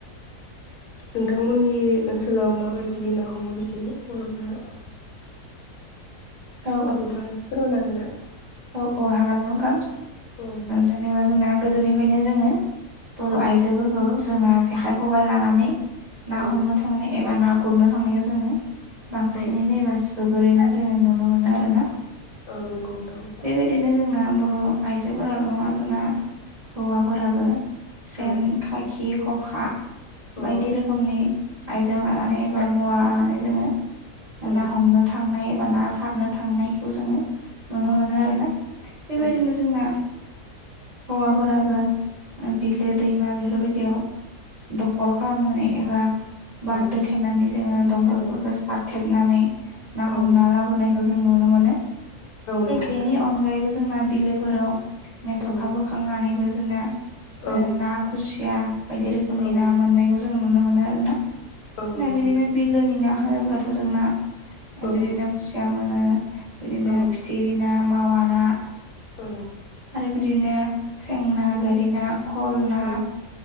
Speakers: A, on the left (about 80°); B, on the right (about 40°).
A: नोंथांमोननि ओनसोलाव माबायदि ना हमो बिदिनो बर'फोरा
B: <inaudible> औ
A: थसिफोर नागोन
B: औ औ हागोनमोनखां
A: औ
B: जेनेबा जोंना गोदोनिफ्रायनो जोङो बर'
A: औ
B: आइजोफोरखौ जोंना जेखाइ खबाइ लानानै ना
A: औ
B: हमनो थांनो एबा ना गुरनो थांनायखौ जोङो बांसिनैनो
A: औ
B: एबा जोबोरैनो जोङो नुनो मोनो आरोना
A: औ नंगौथ'
B: बेबायदिनो जोंना बर' आइजोफोराल' नङा जोंना हौवाफोराबो सेन
A: औ अ
B: खाखि हखा
A: औ
B: बायदि रोखोमनि आइजें लानानै एबा मुवा लानानै जोङो
A: औ
B: ना हमनो थांनाय एबा ना सारनो थांनायखौ जोङो नुनो मोनो आरोना। बेबायदिनो
A: औ
B: जोंना हवा बाराबा बिलो दैमा बिफोर बायदि बियाव दखल खालामनानै एबा
A: औ
B: बान्दो
A: औ
B: थेनानै जोङो दंगलफोरखौ
A: औ
B: सारथेबनानै ना
A: औ
B: हमना लाबोनाय जों नुनो मोनो
A: नंगौ नोंथां
B: बेनि अनगायैबो जोंना बिलोफोराव मेथ'खा
A: औ
B: बोखांनानैबो जोंना
A: औ
B: ना खुसिया बायदि रोखोमनि
A: औ
B: ना मोननायखौ जोङो नुनो मोनो आरो ना
A: औ
B: जोंना
A: नंगौ
B: बिदिनो
A: नोंथां
B: बिलोनि ना होनोब्लाथ' जोंना
A: औ
B: बिदिनो खुसिया मोनो बिदिनो
A: औ
B: फिथिख्रि ना मावा ना
A: औ
B: आरो बिदिनो सेंना गोरि ना खल ना
A: औ